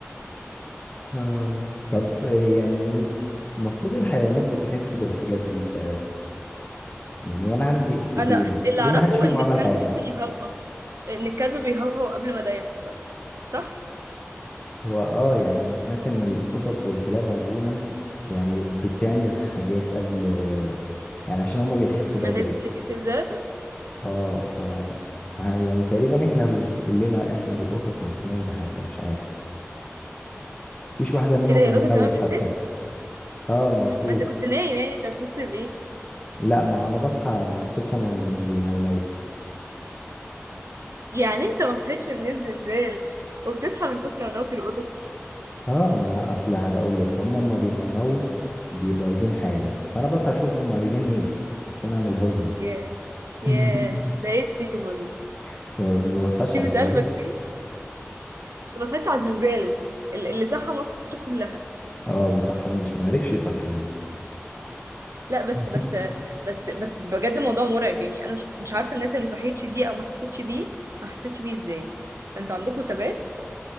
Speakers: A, on the left (about 20°); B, on the right (about 80°).
A: اه طب إيه يعني المفروض الحيوانات بتحس بالحاجات دي ف يعني وانا عندي قطتين
B: انا اللي
A: ليه
B: اعرفه
A: ما حدش فيهم
B: ان
A: عمل
B: الكلب
A: حاجه
B: ممكن يهوهو ان الكلب بيهوهو قبل ما ده يحصل صح
A: هو اه يعني انا سمعت ان القطط والكلاب عموما يعني بتعمل حاجات قبل يعني عشان هما بيحسوا
B: لما
A: بدري
B: يحس ان في زلزال
A: اه ف مع- يعني تقريبا احنا ال- كلنا احنا بالقطط ما حسيناش بحاجه مش عارف مفيش واحدة منهم
B: ايه ده هي
A: نونوت
B: القطه كمان
A: حتى
B: بتحس
A: اه المفروض
B: ما انت كنت نايم يعني انت هتحس بايه
A: لا ما هو انا بصحى من صوتهم ما بينونوا
B: يعني انت ما صحيتش من الزلزال وبتصحى من صوت نونوت القطط
A: اه ما اصل هقول لك هما ما بينونوا بيبقوا عايزين حاجة فانا بصحى اشوف هما عايزين ايه عشان اعملها لهم
B: ياه ياه
A: <laughs>
B: ده ايه الطيبه دي
A: بس ما ما بصحاش
B: طيبه
A: على الزلزال
B: قلبك دي بس ما صحيتش على الزلزال ال- اللي صحى مصر كلها
A: اه ما صحانيش ما عرفش يصحيني
B: لا بس
A: <laughs>
B: بس بس بس بجد الموضوع مرعب يعني انا مش مش عارفه الناس اللي ما صحيتش دي او ما حسيتش بيه ما حسيتش بيه ازاي انتوا عندكم ثبات